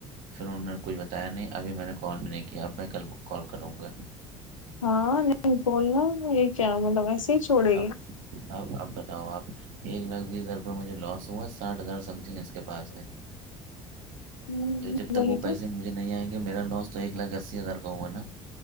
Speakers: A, on the right; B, on the left.
A: پھر انہوں نے کچھ بتایا نہیں ابھی میں نے کال بھی نہیں کیا اب میں کل کال کروں گا
B: ہاں نہیں بولنا یہ کیا مطلب وسے ہی چھوڑے گی
A: اب اب اب بتاؤ آپ ایک لاکھ بیس ہزار روپئے مجھے لاس ہوا ساٹھ ہزار سمتنگ اس کے پاس ہے
B: ہوں،
A: تو جب تک
B: وہی
A: وہ
B: تو
A: پیسے مجھے نہیں آئیں گے میرا لاس تو ایک لاکھ اسی ہزار کا ہوا نا